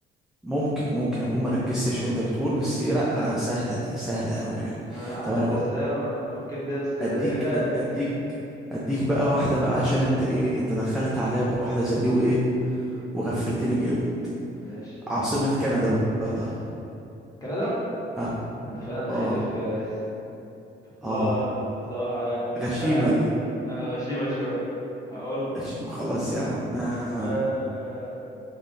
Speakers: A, in the centre; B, on the left (about 20°).
A: ممكن ممكن اكون مركزتش وانت بتقول بس لا آه، سهلة دي سهلة قوي يعني
B: انا عارف
A: طب انا اقول
B: بس يلا انا- احنا ممكن نبس بداية
A: اديك أد-
B: كده
A: اديك اديك بقى واحدة بقى عشان انت ايه انت دخلت عليا بواحدة زي دي وايه وغفلتني جامد
B: ماشي
A: عاصمة كندا بقى
B: كندا
A: ها
B: انت فعلا داخل
A: اه
B: لي في <laughs>
A: اه
B: لا بصراحة يعني مش
A: غشيمة
B: عارف
A: دي
B: آه، غشيمة شوية هقول لك
A: غشيمة خلاص يا عم آه.
B: أه...